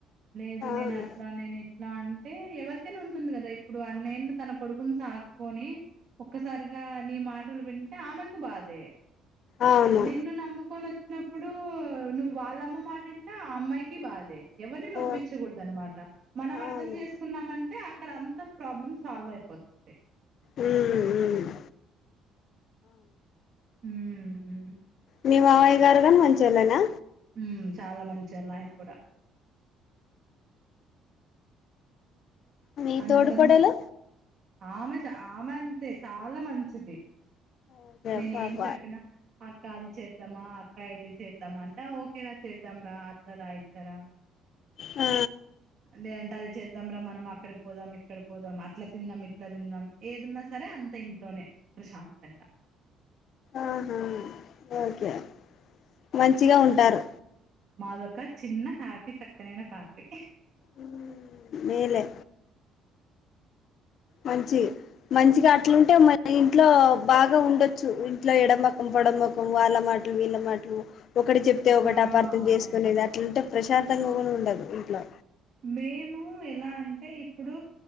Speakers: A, on the right (about 40°); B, on the left (about 45°).
A: లేదు
B: అవును
A: నేన్ అట్లా నేన్ ఇట్లా అన్ టే ఎవర్ కైనా ఉంటుంది కదా ఇప్పుడు అన్ యేండ్లు తన కొడుకున్ సాత్ పోని ఒక్కసారిగా నీ మాటల్ వింటే ఆమేద్ బాధే
B: అవును
A: నిన్ను నమ్ముకొనిచ్చినప్పుడు ను వాళ్ళమ్మ మాటింట ఆ అమ్మాయికి బాధే ఎవర్ ని నొప్పిచకూడద్
B: ఓ
A: అన్ మాట మనం అర్ధం
B: అవును
A: చేసుకున్నామంటే అక్కడ అంతా ప్రాబ్లమ్ సాల్వ్ అయిపోతుంది
B: ఉహుమ్
A: ఉహుమ్
B: మీ మావయ్య గార్ గాన్ మంచోలేనా
A: ఉమ్ చాలా మంచోళ్ ఆయాన్ గుడ
B: మీ
A: అందరం
B: తోడు పొడలు
A: ఆమె ష ఆమె అంతే చాలా మంచిది
B: ఓకే
A: నేనేమ్
B: పాప
A: ఏం చెప్పిన అర్ అక్క అది చేద్దామా అక్కా ఇది చేద్దామా అంటా ఓకేరా చేద్దాం బా అట్లరా ఇట్లరా
B: ఆ
A: లేదంటే అది చేద్దాంరా మనం అక్కడ్ పోదాం ఇక్కడ పోదాం అట్లా తిందాం ఇట్లా తిందాం ఏదున్నా స సరే అంత ఇంట్లోనే ప్రశాంతంగా
B: ఆహా ఓకే మంచిగా ఉంటారు
A: మాదొక చిన్న హ్యాపీ చక్కనైన ఫ్యామిలీ
B: ఉమ్ మేలే మంచి మంచిగా అట్లుంటే మన ఇంట్లో బాగా ఉండొచ్చు ఇంట్లో ఎడమకం పొడమొకం వాళ్ళ మాట్ లు వీళ్ళ మాట్ లు ఒకటి చెప్తే ఒకట్
A: హా
B: అపార్థం చేసుకునేది అట్లుంటే ప్రశాంతంగా గునా ఉండదు ఇంట్లో
A: మేము ఎలా అంటే ఇప్పుడు